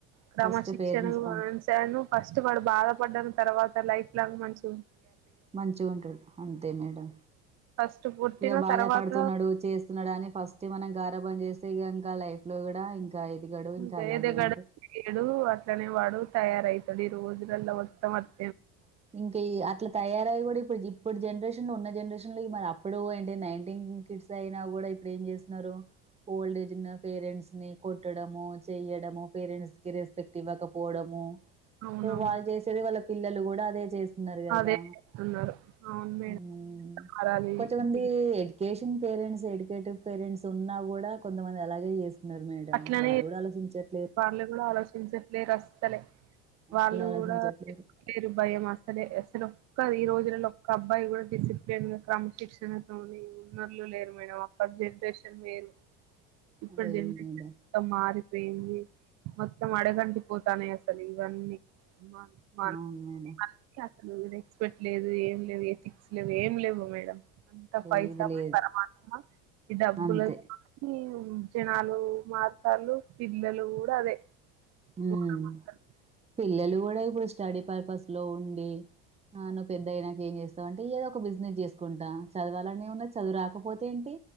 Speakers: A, on the right; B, on the right.
A: క్రమశిక్షణ
B: ఫస్ట్ పేరెంట్స్
A: <unintelligible>
B: అంతే
A: ఫస్ట్ వాడు బాధపడ్డాన్ తర్వాత లైఫ్ లాంగ్ మంచి
B: మంచిగా ఉంటడు అంతే మేడం
A: ఫస్ట్ పుట్టిన
B: ఇగ బాధ
A: తర్వాత
B: పడుతున్నాడు చేస్తున్నాడు అని ఫస్ట్ మనం గారాబం చేస్ స్తే గనక లైఫ్ లో కూడా ఇంకా ఎదగడు ఇంకా
A: గయదగడు
B: అలాగే ఉంటడు.
A: యితడు అట్లనే వాడు తయారయితాడు ఇ రోజులల్లా మొత్తం అట్
B: ఇంకయి అట్లా తయారై కూడా ఇప్పుడు జూపూడు జనరేషన్ ఉన్న జనరేషన్ లో కూడా అప్పుడు ఏంటి నైన్టీన్ కిడ్స్ అయినా కూడా ఇప్పుడు ఏం చేస్తున్నారు ఓల్డ్ ఏజ్ ఉన్న పేరెంట్స్ ని కొట్టడమో చెయడమో పేరెంట్స్ కి రెస్పెక్ట్ ఇవ్వకపోవడము
A: అవునవును
B: ఇగ వాళ్ళు చేసేది వాళ్ళ పిల్లలు కూడా అదే చే నారు కదా
A: అదే చేస్తున్నారు. అవును మేడం.
B: మ్
A: మారాలి
B: కొంతమంది
A: ఇది
B: education parents educated parents ఉన్నా కూడా కొంతమంది అలాగే చేస్త న్నారు మేడం
A: అట్లనే
B: వాళ్ళ కూడా ఆలోచించరు
A: వాళ్ళు కూడా ఆలోచించట్లేరు అస్ సలే వాళ్ళు
B: అసలు ఆలోచించట్లేరు
A: కూడా చెప్తలేరు భయం అసలే అసలు క ఈ రోజులో ఒక్క అబ్బాయి కూడా డిసిప్లేన్ క్రమశిక్షణ తోని ఉన్నోళ్లు లేరు మేడం అపాట్ జనరేషన్ వేరు ఇప్పటి
B: లేదు
A: జనరేషన్
B: మేడం
A: మొత్తం మారిపోయింది మొత్తం అడగంటి పోతానయి అసలు ఇవన్నీ మ మ <unintelligible>
B: అవును మేడం
A: రెస్పెక్ట్ లేదు ఏం లేదు ఎథిక్స్ లేవు ఏం లేవు మేడం అంత పైసామే
B: లేదు లేదు
A: పరమాత్మ ఈ డబ్బులతోనీ
B: అంతే
A: జనాలు మారుతళ్లు పిల్లలు కూడా అదే
B: ఉమ్
A: ఘోరం అసలు.
B: పిల్లలు కూడా ఇప్పుడు స్టడీ పర్పస్ లో ఉండి ఆ నువ్ పెద్ద అయినాక ఏం చేస్తావు అంటే ఏదో ఒక బిజినెస్ చేస్తా కుంటా చదవాలని ఎమునద్ చదువు రాకపోతే ఏంటి